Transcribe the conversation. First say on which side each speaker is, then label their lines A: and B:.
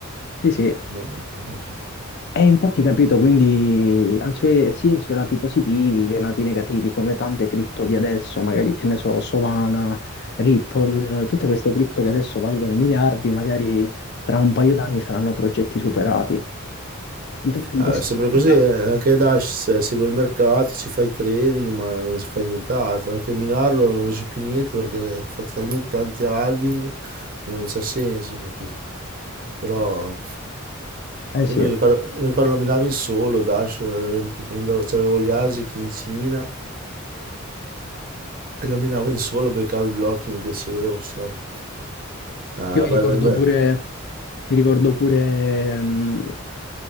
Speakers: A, on the left; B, on the right.
A: Sì, sì,
B: No, non so.
A: E infatti capito, quindi ha i suoi- sia i suoi lati positivi che i lati negativi, come tante cripto di adesso, magari che ne so, Solana, Ripple, eh, tutte queste cripto che adesso valgono miliardi, magari tra un paio d'anni saranno progetti superati. Infatti
B: Ah,
A: in quest'ottica
B: è sempre così, eh, anche Dash eh, segue il mercato, ci fa i trading, ma non si fa nient'altro, anche a minarlo non esce più niente perché ha fatto talmente tanti halving, non c'ha senso, capito? Però
A: Eh sì,
B: Io mi
A: io
B: ricordo, mi ricordo lo minavo in solo, Dash, eh, prendevo, c'avevo gli Asics in Cina e lo minavo in solo, beccavo i blocchi, mi piaceva un sacco. Ah,
A: mi
B: bello,
A: ricordo
B: bello.
A: pure, mi ricordo pure, mm,